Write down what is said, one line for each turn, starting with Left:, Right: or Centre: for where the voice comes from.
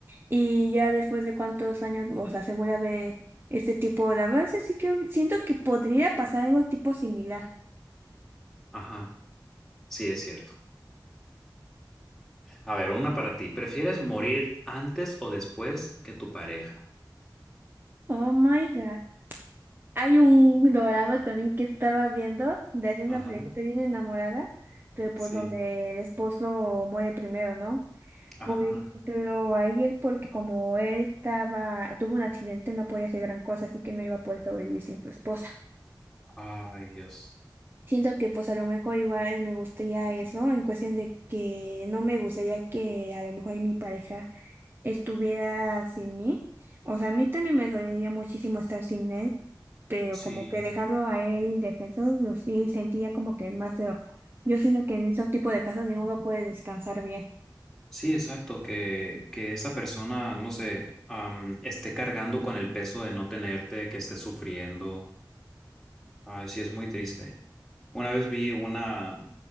Right: y ya después de cuántos años o sea, se vuelve a ver este tipo de avance, sí que siento que podría pasar algo tipo similar.
Centre: Ajá, sí es cierto. A ver, una para ti. ¿Prefieres morir antes o después que tu pareja?
Right: Oh my God. Hay un drama también que estaba viendo de hace una
Centre: Ajá,
Right: parejita bien enamorada, pero pues
Centre: sí.
Right: donde el esposo muere primero, ¿no?
Centre: Ajá.
Right: Por ejemplo, ahí es porque como él estaba, tuvo un accidente, no podía hacer gran cosa, así que no iba a poder sobrevivir sin su esposa.
Centre: Ay, Dios.
Right: Siento que pues a lo mejor igual me gustaría eso, en cuestión de que no me gustaría que a lo mejor mi pareja estuviera sin mí. O sea, a mí también me dolería muchísimo estar sin él, pero
Centre: Sí,
Right: como que dejarlo a él indefenso, lo sí sentía como que más feo. Yo siento que en esos tipos de casos ninguno puede descansar bien.
Centre: sí, exacto. Que, que esa persona, no sé, am, esté cargando con el peso de no tenerte, que esté sufriendo. Ay, sí, es muy triste. Una vez vi una,